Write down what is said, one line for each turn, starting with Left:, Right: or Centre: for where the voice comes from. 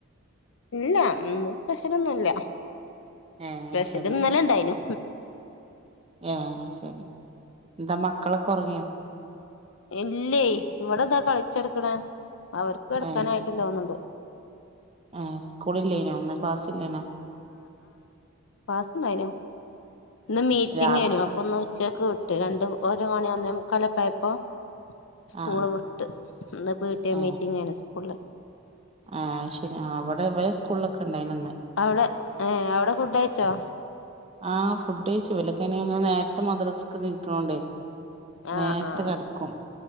Left: ഇല്ല ഇന്ന് സ്പെഷ്യലൊന്നുല്ല
Right: ഏ
Left: സ്പെഷ്യല്
Right: ശരി
Left: ഇന്നലെണ്ടായിനു
Right: ഏ ശെരി എന്താ മക്കളൊക്കെ ഒറങ്ങിയോ
Left: ഇല്ലേയ് ഇവിടെതാ കളിച്ചെട്ക്ക്ണ് അവർക്ക് കേട്ക്കാനായിട്ടില്ലോന്ന്ണ്ട്
Right: ഏ ഏ സ്കൂളില്ലേന്യോ ഇന്ന് ക്ലാസ്സല്ലേന്യോ
Left: ക്ലാസ്സുണ്ടായിനു ഇന്ന് മീറ്റിംങേനു
Right: രാവിലെ
Left: അപ്പൊ ഇന്ന് ഉച്ചക്ക് വിട്ട് രണ്ട് ഒരു മണി ഒന്നേമുക്കലൊക്കായപ്പോ സ്കൂള്
Right: ആ
Left: വിട്ട് ഇന്ന് പിടിഎ
Right: ആ
Left: മീറ്റിംങേനു സ്കൂള്ല്
Right: ഏ അത് ശെരി ആ ഇവ്ടെ ഇവരേ സ്കൂള്ലൊക്കെണ്ടായിനിന്ന്
Left: അവ്ടെ ഏ അവ്ടെ ഫുഡയിച്ചോ
Right: ആഹ് ഫുഡ്ഴിച്ചു ഇവലൊക്കെയിന് ഇന്ന് നേരത്തെ മദ്രസ്ക് നീക്ക്ണോണ്ടേ
Left: ആഹ്
Right: നേരത്തെ
Left: ആഹ്
Right: കേടക്കും